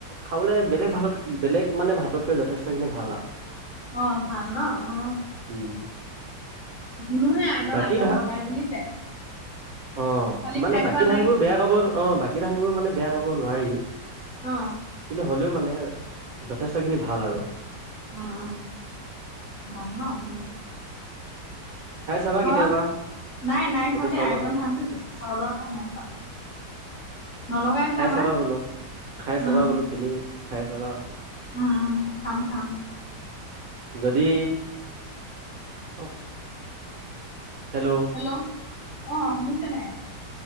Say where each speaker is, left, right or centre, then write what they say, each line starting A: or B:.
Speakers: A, on the right (about 60°); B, on the left (about 50°).
A: খাবলে বেলেগ ভাতত বেলেগ মানে ভাততকৈ যথেষ্টখিনি ভাল আৰু।
B: অ, ভাল ন, অ।
A: উম
B: শুনোহে আইতন-
A: বাকী
B: আইতন
A: ধা
B: লগাই বুলি যে।
A: অ,
B: খালি
A: মানে
B: খাই
A: বাকী
B: পোৱা
A: ধানবোৰ
B: নাই।
A: বেয়া ক'ব অ, বাকী ধানবোৰ মানে বেয়া ক'ব নোৱাৰি।
B: অ।
A: কিন্তু হ'লেও মানে, যথেষ্ট খিনি ভাল আৰু।
B: অ, অ, ভাল ন, উম।
A: খাই চাবা
B: ঘৰত,
A: কেতিয়াবা
B: নাই-নাই
A: সেইটো
B: খোৱা দেই,
A: চাউলৰ
B: আইতন
A: ভাত
B: ধানটো যে, চাউলৰ ভাত নাই খোৱা। নলগাই
A: খাই
B: যে আমাৰ।
A: চাবা বোলো, খাই চাবা
B: উম,
A: বোলো, কিনি খাই চাবা বোলো।
B: উম, উম, খাম-খাম।
A: যদি! অ'। হেল্ল'।
B: হেল্ল' অ' শুনিছে নাই?